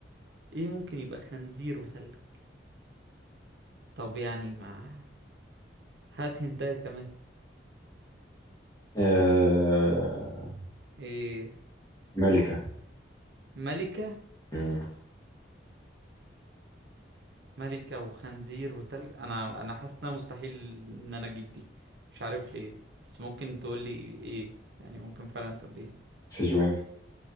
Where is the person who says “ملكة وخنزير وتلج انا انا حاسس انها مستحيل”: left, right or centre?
Right